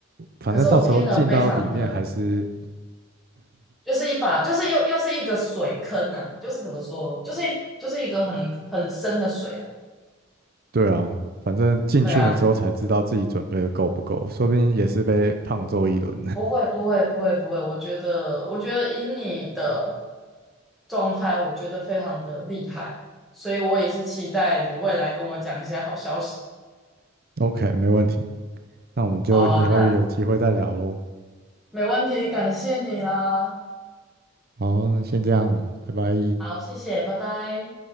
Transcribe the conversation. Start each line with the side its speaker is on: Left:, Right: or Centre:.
Right: 反正到时候进到里面还是，
Centre: 可是我听了非常的，就是一把，就是又又是一个水坑啊，就是怎么说，就是一就是一个很很深的水啊。
Right: 对啊，反正进去了之后才知道自己准备的够不够，
Centre: 对啊，
Right: 说不定也是被胖揍一轮。
Centre: 不会不会不会不会，我觉得我觉得以你的状态，我觉得非常的厉害，所以我也是期待你未来跟我讲一些好消息。
Right: <laughs> OK，没问题，那我们就以后有机会再聊喽。
Centre: 好啊，那没问题，感谢你啦。
Right: 好，那先这样，拜拜。
Centre: 好，谢谢，拜拜。